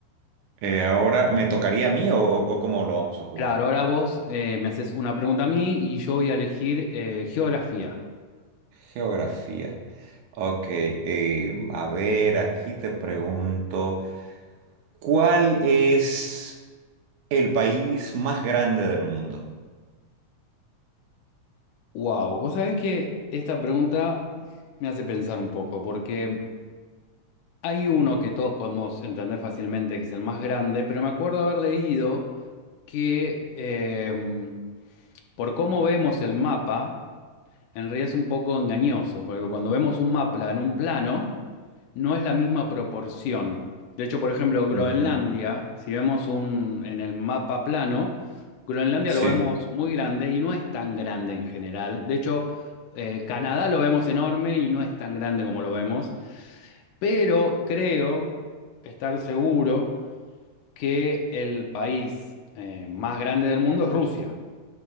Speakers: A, on the right; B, on the left.
A: Eh, ahora, ¿me tocaría a mí o, o- o cómo lo vamos a jugar?
B: Claro, ahora vos eh, me haces una pregunta a mí y yo voy a elegir eh, geografía.
A: Geografía. Ok, eh, a ver, aquí te pregunto, ¿cuál es el país más grande del mundo?
B: Wow, vos sabés que esta pregunta me hace pensar un poco, porque hay uno que todos podemos entender fácilmente, que es el más grande, pero me acuerdo haber leído que em, por cómo vemos el mapa. En realidad es un poco engañoso, porque cuando vemos un mapa en un plano, no es la misma proporción. De hecho, por ejemplo, Groenlandia,
A: Ujú,
B: si vemos un, en el mapa plano, Groenlandia
A: Sí,
B: lo vemos muy grande y no es tan grande en general. De hecho, eh, Canadá lo vemos enorme y no es tan grande como lo vemos. Pero creo estar seguro que el país eh, más grande del mundo es Rusia,